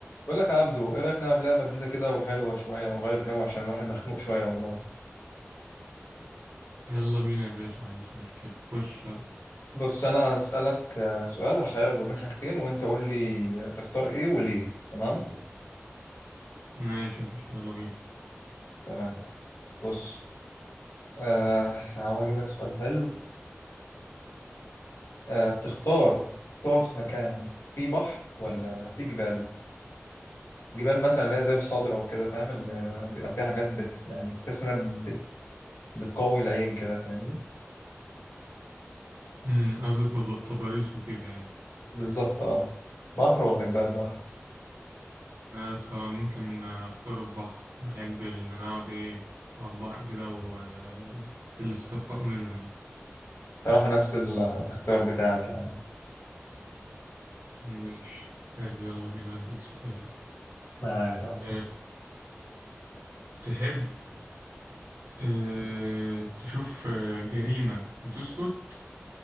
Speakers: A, on the left; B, on the right.
A: بقول لك يا عبدو ايه رايك نلعب لعبه جديده كده وحلوه شويه ونغير جو عشان الواحد مخنوق شويه والله
B: يلا بينا يا باشا ما عنديش مشكلة خش يلا
A: بص انا هسالك آه، سؤال هخيرك ما بين حاجتين وانت قول لي تختار ايه وليه تمام
B: ماشي مفيش يلا بينا
A: تمام بص آه هحاول اجيب لك سؤال حلو آه تختار تقعد في مكان فيه بحر ولا فيه جبال جبال مثلا اللي هي زي الخضره وكده فاهم اللي بيبقى فيها حاجات بت يعني تحس انها بت- بتقوي العين كده فاهمني
B: امم قصدي تض- تضاريس وكده يعني
A: بالظبط اه بحر ولا جبال بحر
B: بس آه، ممكن آه، اختار البحر بحب ان انا اقعد ايه على البحر كده و <laughs> آه، الاسترخاء منه يعني
A: صراحه نفس ال- الاختيار بتاعك يعني
B: ماشي حلو يلا بينا اديك سؤال
A: ما طب
B: ت- تحب آه، تشوف آه، جريمة وتسكت